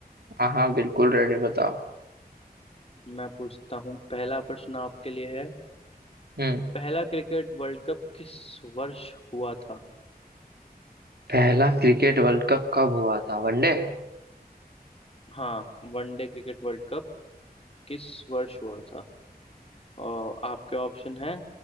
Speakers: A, on the right; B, on the left.
A: हाँ हाँ, बिल्कुल रेडी बताओ
B: मैं पूछता हूँ पहला प्रश्न आपके लिए है
A: हम्म
B: पहला क्रिकेट वर्ल्ड कप किस वर्ष हुआ था
A: पहला क्रिकेट वर्ल्ड कप कब हुआ था वनडे
B: हाँ वनडे क्रिकेट वर्ल्ड कप किस वर्ष हुआ था और आपके ऑप्शन है